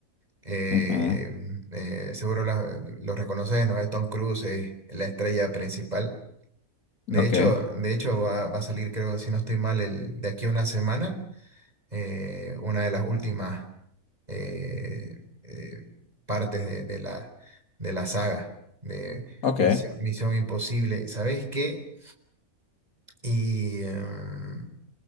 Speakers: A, on the right; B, on the left.
A: eh,
B: ujú,
A: eh, seguro la- lo reconoces, ¿no? Tom Cruise es la estrella principal. De
B: Ok,
A: hecho, de hecho va, va a salir, creo, si no estoy mal, el, de aquí a una semana, eh, una de las últimas eh, eh, partes de, de la, de la saga de
B: ok.
A: Misión, Misión Imposible. ¿Sabes qué? Y em,